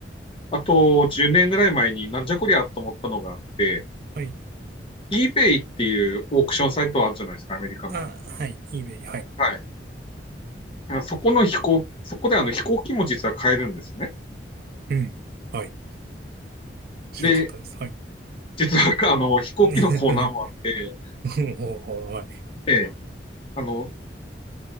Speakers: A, on the left; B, on the right.
A: あと、10年ぐらい前になんじゃこりゃと思ったのがあって、
B: はい。
A: eBay っていうオークションサイトあるじゃないですか、アメリカの。
B: あ、はい。eBay、はい。
A: はい。あそこの飛行、そこであの飛行機も実は買えるんですね。
B: うん。はい。知らんかったです。
A: で、
B: はい。<laughs>
A: 実はあの飛行機のコーナーもあって、
B: おー、はい。
A: ええ、あの、